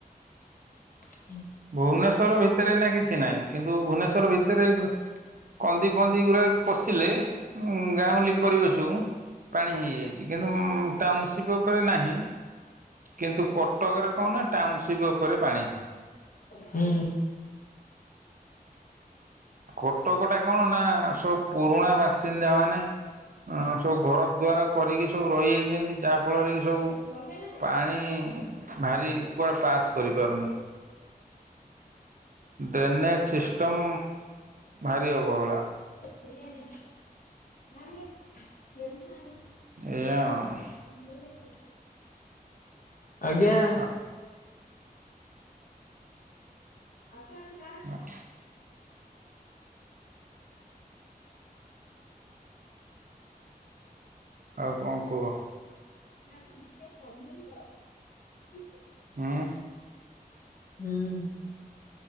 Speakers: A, on the left; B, on the right.
A: ହୁଁ
B: ଭୁବନେଶ୍ଵର ଭିତେରେ ଏଇନା କିଛି ନାଇଁ କିନ୍ତୁ ଭୁବନେଶ୍ଵର ଭିତେରେ ଗ କନ୍ଦି ଫନ୍ଦି ଗୁରାକୁ ଉଁ ଉଁ ପଶିଲେ ଗାଁଉଲି ପରିବେଶୁକୁ ପାଣି ହେଇଯାଇଚି କିନ୍ତୁ ମ୍ ମ୍ ଟାଉନସିପ୍ ଓପରେ ନାହିଁ କିନ୍ତୁ କଟକରେ କଣ ନା ଟାଉନସିପ୍ ଓପରେ ପାଣି।
A: ହୁଁ।
B: କଟକ ଟା କଣ ନା ସବୁ ପୁରୁଣା ବାସିନ୍ଦା ମାନେ ଅଁ ସବୁ ଘର ଦ୍ୱାର କରିକି ସବୁ ରହିଯାଇଚନ୍ତି ଯାହା ଫଳରେ କି ସବୁ
A: ହଁ ଯା
B: ପାଣି ଭାରି କୁଆଡ଼େ ପାସ୍ କରିପାରୁନି। ଡ୍ରେନେଜ ସିଷ୍ଟମ୍ ଭାରି ଅବହେଳା।
A: ଦେଇଆ ଦେଇଆ। ନାହିଁ ବେ। <unintelligible>
B: ଏଇଆ ଆଉଁ।
A: ହୁଁ ନେବୁ ଆଜ୍ଞା
B: ଆଉ
A: ଆସ ଆଜିବା
B: ହଁ ଆଉ କଣ କୁହ।
A: ଆଉ <unintelligible> କି
B: ହଁ
A: ହୁଁ